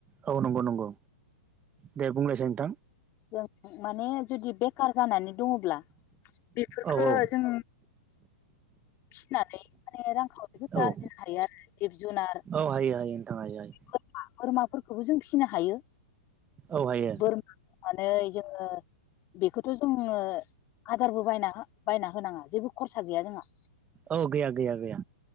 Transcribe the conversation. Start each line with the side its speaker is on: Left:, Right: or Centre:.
Right: ओ नंगौ नंगौ नंगौ दे बुंलायसाय नोंथां
Left: जों माने जुदि बेखार जानानै दङब्ला बेफोरखो
Right: औ औ
Left: जों फिसिनानै माने रां <unintelligible>
Right: औ
Left: आरो जिब-जुनार
Right: औ हायो हायो नोंथां हायो हायो
Left: बोरमा फोरखौबो जों फिसिनो हायो
Right: औ हायो
Left: बोरमा फनानै जोङो बेखौथ' जोङो आदारबो बायना बायना होनाङा जेबो खरसा गैया जोंहा।
Right: औ गैया गैया